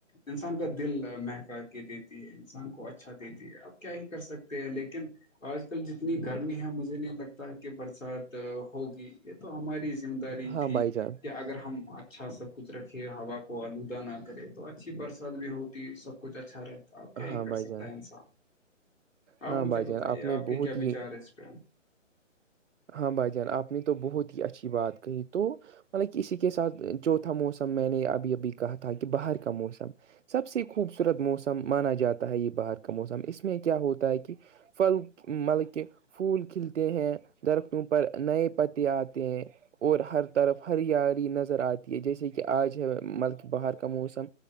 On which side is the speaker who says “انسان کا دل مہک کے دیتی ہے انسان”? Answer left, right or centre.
Left